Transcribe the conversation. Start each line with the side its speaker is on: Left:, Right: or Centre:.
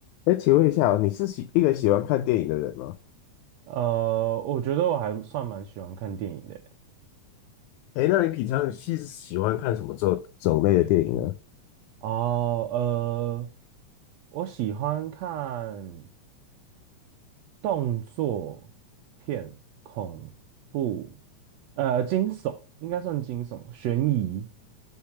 Left: 哎，请问一下哦你是喜一个喜欢看电影的人吗？
Right: 呃，我觉得我还算蛮喜欢看电影的欸
Left: 哎，那你平常是喜欢看什么种种类的电影呢？
Right: 哦，呃，我喜欢看动作片、恐怖，呃，惊悚应该算惊悚，悬疑，